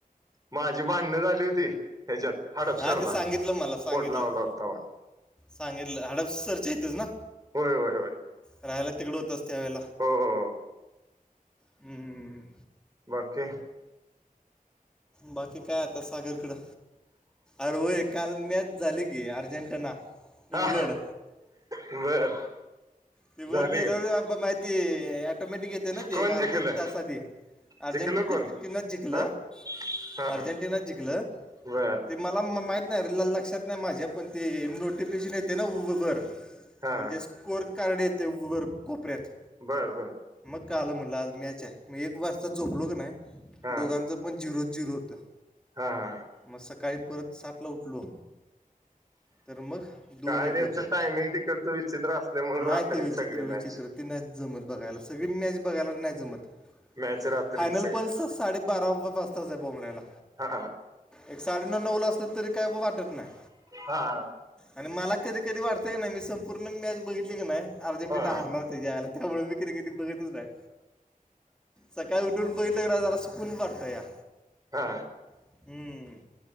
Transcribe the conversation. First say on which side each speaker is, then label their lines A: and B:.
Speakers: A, on the right; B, in the centre.
A: माझी भांडण झाली होती ह्याच्यात हडपसरला
B: हा ते सांगितलं मला सांगितलं
A: फोन लावला होता व
B: सांगितलं हडपसरच्या यथेच ना.
A: होय होय होय.
B: राहायला तिकडं होतंच त्या ववेळेला
A: हम.
B: हम्म.
A: बाकी
B: बाकी काय आता सागरकडं अर होय काल मॅच झाली की अर्जेंटिना
A: हा
B: इंग्लंड
A: बर.
B: ते
A: झाली
B: वर गेल्यावर
A: का?
B: बा माहिती ऑटोमॅटिक येते ना ते
A: कोण
B: एक
A: जिकलं
B: अर्धा एक तास आधी अर्जेंटिना
A: जिकलं कोण
B: जिंकलं
A: हा हा
B: अर्जेंटिना जिंकलं
A: बर
B: ते मला माहित नाहीे लक्षात नाही माझ्या पण ते नोटिफिकेशन येते ना उर.
A: हा
B: म्हणजेच कोर कारडे ते वर कोपऱ्यात
A: बरं बरं.
B: मग काल मुलाजम्याच्या आहे. मी एक वाजता झोपलो क नाही
A: हा
B: दोघांचं पण झिरो झिरो होतं.
A: हा हा.
B: मग सकाळी परत सातला उठलो तर मग दोन
A: काय
B: एक
A: त्यांचं
B: होतं.
A: टायमिंग तिकडच विचित्र असल्यामुळे
B: नाही
A: रात्रीच
B: ते विचित्र
A: सगळी
B: विचित्र
A: मॅच
B: ती नाही जमत बघायला सगळी मॅच नाही जमत बघायला.
A: मॅच रात्रीच
B: फायनल
A: सगळी
B: पणस साडेबारापजताच आहे बोमलेला
A: हा
B: एक साडेनऊ नऊव ला असलं तरी काय वाटत नाही.
A: हा.
B: आणि मला कधी कधी वाटतय का नाही मी संपूर्ण मॅच बघितली काी नाही. अर्जेंटिना
A: हा
B: हारणार ते यायला त्यामुळे मी कध कधी बघतच नाही. सकाळी उठून बैलं क जरा सुकून वाटतं या.
A: हा
B: हम्म.